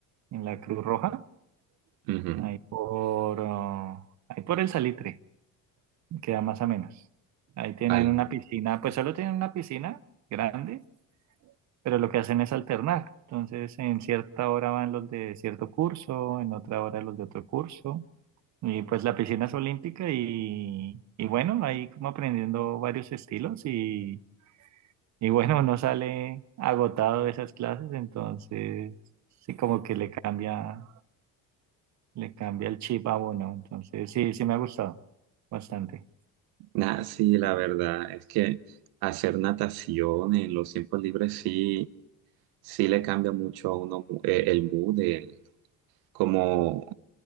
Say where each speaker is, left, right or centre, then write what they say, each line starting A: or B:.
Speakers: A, on the right; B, on the right.
A: en la Cruz Roja,
B: Ujú.
A: ahí por, oh, ahí por el Salitre, queda más o menos. Ahí tienen
B: Vale.
A: una piscina, pues solo tienen una piscina grande, pero lo que hacen es alternar. Entonces, en cierta hora van los de cierto curso, en otra hora los de otro curso. Y pues la piscina es olímpica y, y bueno, ahí como aprendiendo varios estilos y, y bueno, uno sale agotado de esas clases, entonces sí como que le cambia, le cambia el chip a uno. Entonces sí, sí me ha gustado bastante.
B: Nah, sí, la verdad es que hacer natación en los tiempos libres sí, sí le cambia mucho a uno mu- eh, el mood, el- como